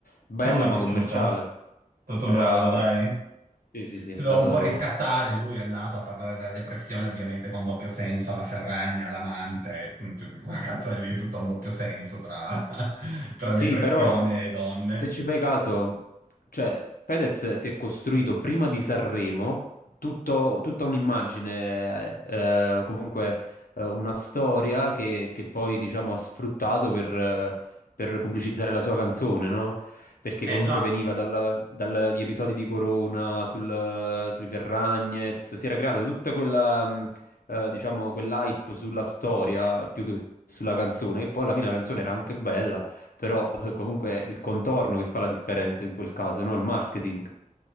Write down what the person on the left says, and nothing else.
bella
ma
commerciale.
Era...
Sì, sì, sì,
è stato...
Sì,
però
se ci fai caso, cioè Fedez si è costruito prima di Sanremo tutto- tutta un'immagine, eh, eh, comunque eh, una storia che, che poi diciamo ha sfruttato per, eh, per pubblicizzare la sua canzone, no? Perché
comunque
veniva dal- dagli episodi di Corona, sul- sui Ferragnez, si era creata tutta quella, mh, eh, diciamo, quell'hype sulla storia più che sulla canzone, e poi alla fine la canzone era anche bella. Però eh, comunque è il contorno che fa la differenza in quel caso, no? Il marketing.